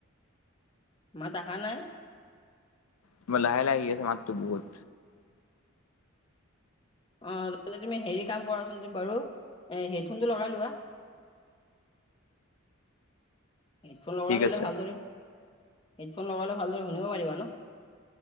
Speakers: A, on the left; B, on the left.
A: মাত আহা নাই?
B: কিবা লাহে-লাহে আহি আছে মাতটো বহুত।
A: অ তুমি হেৰি কাম কৰাচোন তুমি বাৰু এ হেডফোন টো লগাই লোৱা। হেডফোন লগাই
B: ঠিক
A: ল'লে
B: আছে
A: ভালদৰে হেডফোন লগাই ললে ভালদৰে শুনিব পাৰিবা ন?